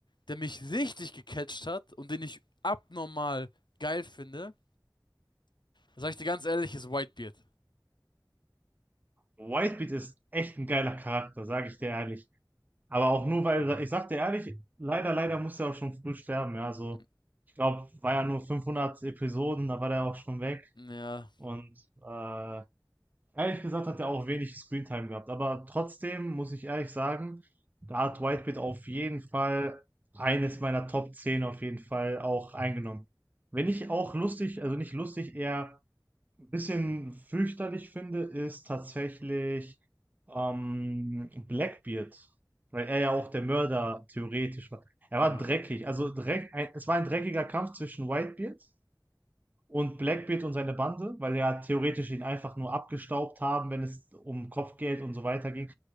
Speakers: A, on the left; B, on the right.
A: der mich richtig gecatcht hat und den ich abnormal geil finde, sag ich dir ganz ehrlich, ist Whitebeard.
B: Whitebeard ist echt ein geiler Charakter, sage ich dir ehrlich. Aber auch nur, weil, ich sag dir ehrlich, leider, leider musste er auch schon früh sterben, ja, also
A: N-
B: Ich glaube, war ja nur 500 Episoden, da war der auch schon weg.
A: Ja,
B: Und äh, ehrlich gesagt hat er auch wenig Screentime gehabt. Aber trotzdem muss ich ehrlich sagen, da hat Whitebeard auf jeden Fall eines meiner Top 10 auf jeden Fall auch eingenommen. Wenn nicht auch lustig, also nicht lustig, eher ein bisschen fürchterlich finde, ist tatsächlich ähm, Blackbeard, weil er ja auch der Mörder theoretisch war. Er
A: ja.
B: war dreckig, also dreck, ein, es war ein dreckiger Kampf zwischen Whitebeard und Blackbeard und seine Bande, weil ja theoretisch ihn einfach nur abgestaubt haben, wenn es um Kopfgeld und so weiter ging.